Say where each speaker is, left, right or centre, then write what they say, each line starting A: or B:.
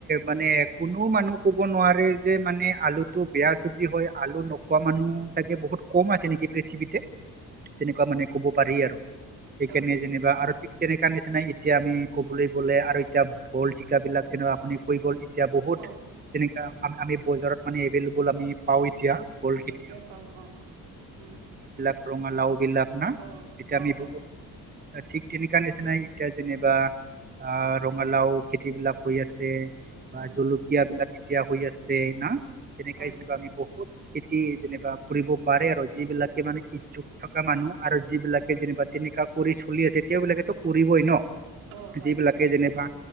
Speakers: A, on the right; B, on the right.
A: মানে কোননেও মানুহ কব নোৱাৰে যে মানে আলুতটো বেয়া চব্জি হয় আল নোকোৱা মানুহ চাগে বহুত কম আছে নেকি পৃথিৱীতে তেনেকুৱা মানে ক'ব পাৰি আৰু সেইকাৰণে
B: অ
A: যেনিবা আৰু ঠিক তেনেকাা নিচিনা এতিয়া আমি কবলৈ গ'লে আৰু এতিয়া হল চিকাবলাক যেনে আপুনি কৈ গ'ল এতিয়া বহুত
B: অ
A: তেনেককাা আমি বজাৰত মানে এভেইলেবল আমি পাওঁ এতিয়া ভোল খেতি
B: এতিয়া পাও আহ উম
A: ৰঙাালাও বিলভ না
B: অ
A: ভিটামিন
B: অ অ
A: ঠিক তেনেকাা নিচনাাই এতিয়া যেনিবা আ ৰঙালাও খেতিবিলাক হৈ আছে বা
B: উম
A: জলকীয়া বিলাক এতিয়া হৈ আছে না তেনেকাই
B: হয়
A: যেনিবা
B: হয়
A: আমি বহুত খেতি যেনিবা কৰিব পাৰে আৰু যিবিলাকে মানে ইচ্ছুক থকা মানুহ আৰু যিব বিিলাকে যেনিবা তেনেককাা কৰি চলি আছে এতিয়া বিলাকেো কৰিবই ন
B: অ হয়
A: যিবিলাকে যেনিবা